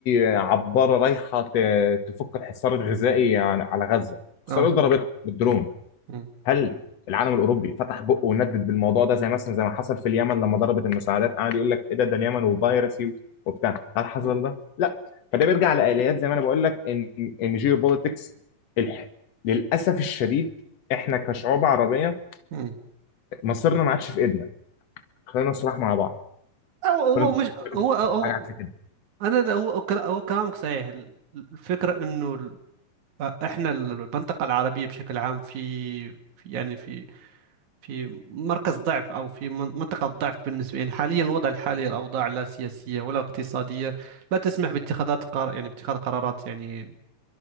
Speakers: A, on the left; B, on the right.
A: عباره رايحه ت- تفك الحصار الغذائي عن- على غزه
B: اه
A: اسرائيل ضربتها بالدرون
B: مم.
A: هل العالم الاوروبي فتح بقه وندد بالموضوع ده زي مثلا زي ما حصل في اليمن لما ضربت المساعدات قعد يقول لك ايه ده ده اليمن وفيروسي وبتاع هل حصل
B: مم.
A: ده؟ لا فده بيرجع لآليات زي ما انا بقول لك ان ان جيوبوليتكس الح... للاسف الشديد احنا كشعوب عربيه
B: مم.
A: مصيرنا ما عادش في ايدنا خلينا نصرح مع بعض
B: هو هو
A: كل انت
B: مش
A: كل
B: هو
A: أنت شايف
B: هو
A: حاجه عكس كده
B: انا ده- هو كلا- هو كلامك صحيح ال- الفكره انه ال- احنا ال- المنطقه العربيه بشكل عام في في- يعني في في مركز ضعف او في من- منطقه ضعف بالنسبه يعني حاليا الوضع الحالي الاوضاع لا سياسيه ولا اقتصاديه لا تسمح باتخاذات قرار يعني باتخاذ قرارات يعني